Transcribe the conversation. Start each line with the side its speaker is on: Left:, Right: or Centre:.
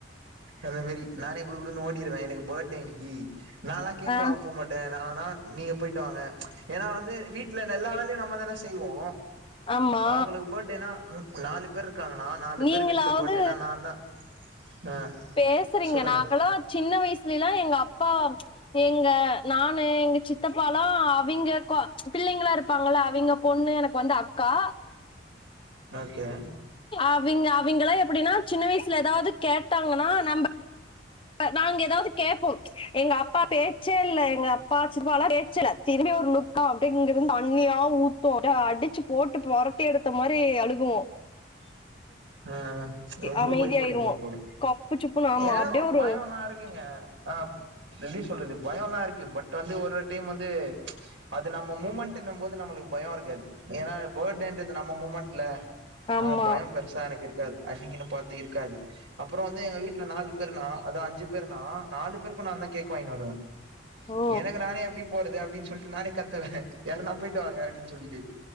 Right: அதே மாரி நானே குடுகுடுனு ஓடிருவே எனக்கு பர்த்டே இன்னைக்கு நான்லா கேக்
Left: ஆ
Right: வாங்க போ மாட் த நானா நீங்க போயிட்டு வாங்க ஏனா வந்து வீட்ல எல்லா வேலயு நம்ம தானே செய்வோ
Left: ஆமா
Right: அவுங்களுக்கு பர்த்டேனா நாலு பேர் இருக்காங்கன்னா நாலு
Left: நீங்களாவது
Right: பேர் வீட்ல பர்த்டேனா நான்தா ஆ
Left: பேசுறீங்க
Right: சொல்லுங்க
Left: நாங்களா சின்ன வயசுல எல்லா எங்க அப்பா எங்க நானு எங்க சித் சித்தப்பாலா அவிங்க கா பிள்ளைங்களா இருப்பாங்கள அவிங்க பொண்ணு எனக்கு வந்து அக்கா
Right: ஓகே
Left: அவிங் அவிங்களா எப்டின்னா சின்ன வயசுல ஏதாது கேட்டாங்கன்னா நம்ப க நாங்க ஏதாது கேப்போ எங்க அப்பா பேச்சே இல்ல எங்க அப்பா சித்பால்லா பேச்சே இல்ல திரும்பி ஒரு லுக்கா அப்டி இங்க இருந்து தண்ணியா ஊத்து அடிச்சு போட்டு பொரட்டி எடுத்த மாரி அழுகுவோ
Right: <inaudible> அ ரொம்ப
Left: அமைதியாயிருவோ
Right: பயப்பிடுவிங்க போல
Left: கப்பு சுப்புன்னு ஆமா
Right: எ
Left: அப்டியே
Right: ஒ
Left: ஒரு
Right: பயோல்லா பாருங்கங்க அ எப்டி சொல்றது பயோன் ல்லா இருக்கு பட் வந்து ஒரு டைம் வந்து அது நம்ம மூமெண்ட்டென்னும்போது நம்மளுக் பயோ இருக்காது ஏன்னா பர்த்டேன்றது நம்ம மொமெண்ட்ல
Left: ஆமா
Right: அனல பயம் பெருசா எனக்கு இருக்காது அன்னிகின்னு பாத்து இருக்காது அப்புற வந்து எங்க வீட்ல நாலு பேர் நா அத அஞ்சு பேருனா நாலு பேரு நா தா கேக்கு வாங்கினு வருவே
Left: ஓ
Right: எனக்கு நானே எப்டி போறது அப்டின்னு சொல்லிட்டு நானே கத்துவே யாருன்னா போயிட்டு வாங்க அப்டின்ன சொல்லிட்டு